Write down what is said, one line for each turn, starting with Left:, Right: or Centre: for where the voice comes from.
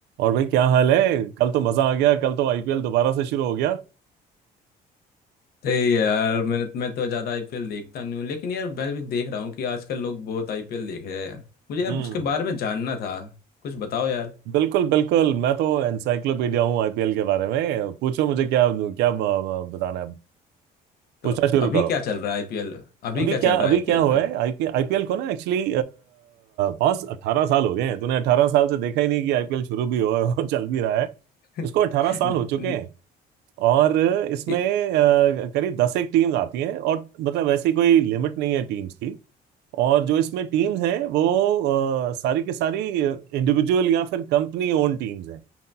Right: और भाई क्या हाल है कल तो मजा आ गया कल तो आईपीएल दोबारा से शुरू हो गया
Left: नहीं यार मैंने मैं तो ज़्यादा आईपीएल देखता नहीं हूँ लेकिन यार मैं भी देख रहा हूँ कि आजकल लोग बहुत आईपीएल देख रहे हैं मुझे यार
Right: हम्म
Left: उसके बारे में जानना था कुछ बताओ यार
Right: बिल्कुल बिल्कुल मैं तो एनसाइक्लोपीडिया हूँ आईपीएल के बारे में पूछो मुझे क्या क्या अ, बताना है
Left: तो
Right: पूछना शुरू
Left: अभी
Right: करो
Left: क्या चल रहा है आईपीएल अभी
Right: अभी
Left: क्या
Right: क्या
Left: चल रहा
Right: अभी
Left: है आईपीएल
Right: क्या हुआ
Left: में
Right: है आईपीएल आईपीएल को ना एक्चुअली पांच अट्ठारह साल हो गए हैं तूने अट्ठारह साल से देखा ही नहीं कि आईपीएल शुरू भी हो और चल भी रहा है
Left: <laughs>
Right: इसको अट्ठारह साल
Left: न,
Right: हो चुके
Left: न,
Right: हैं और इसमें
Left: ए,
Right: अ, करीब दस एक टीम्स आती हैं और मतलब वैसी कोई लिमिट नहीं है टीम्स की और जो इसमें टीम्स हैं वो अ, सारी की सारी इंडिविजुअल या फिर कंपनी ओन टीम्स हैं